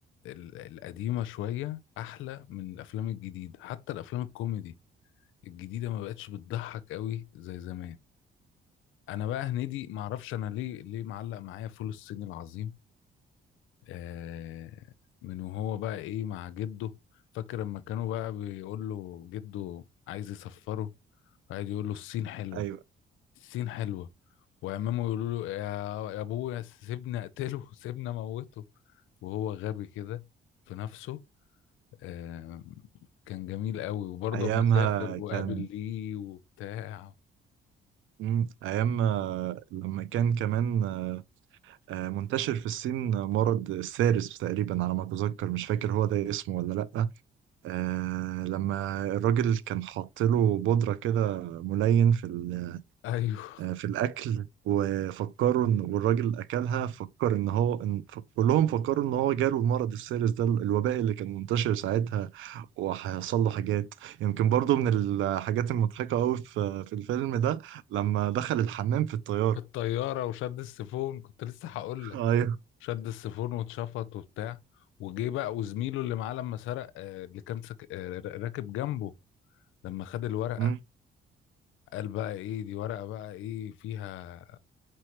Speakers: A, on the left (about 85°); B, on the right (about 80°).
A: ال- القديمة شوية احلى من الافلام الجديدة حتى الافلام الكوميدي الجديده ما بقتش بتضحك قوي زي زمان انا بقى هنيدي ما اعرفش انا ليه ليه معلق معايا فول الصين العظيم آه من وهو بقى ايه مع جده فاكر لما كانوا بقى بيقول له جده عايز يسفره قاعد يقول له الصين حلوه
B: ايوه
A: الصين حلوه وعمامه يقولوا له يا يا ابويا سيبنا اقتله <laughs> سيبنا موته وهو غبي كده في نفسه آه كان جميل قوي وبرضه
B: ايامها
A: اما سافر
B: كان
A: وقابل ليه وبتاع
B: مم. ايام آه، لما كان كمان آه، آه، منتشر في الصين مرض السارس تقريبا على ما اتذكر مش فاكر هو ده اسمه ولا لا آه لما الراجل كان حاط له بودرة كده ملين في ال-
A: ايوه
B: آه في الأكل وفكروا إن والراجل أكلها فكر إن هو إن ف- كلهم فكروا إن هو جاله المرض السيرس ده الوباء اللي كان منتشر ساعتها وهيحصل له حاجات يمكن برضو من الحاجات المضحكة أوي في في الفيلم ده لما دخل الحمام في الطيارة
A: في الطياره وشد السيفون كنت لسه هقول
B: <laughs>
A: لك
B: أيوه
A: شد السيفون واتشفط وبتاع وجه بقى وزميله اللي معاه لما سرق آه، اللي كان سك... آه، راكب جنبه لما خد الورقه
B: أمم،
A: قال بقى ايه دي ورقه بقى ايه فيها